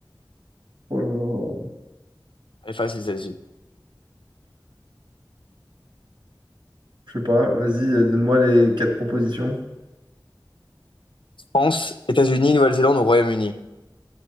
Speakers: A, on the right; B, on the left.
A: Oh là là.
B: Elle est facile celle-ci.
A: Je sais pas, vas-y, euh, donne-moi les quatre propositions.
B: France, États-Unis, Nouvelle-Zélande ou Royaume-Uni?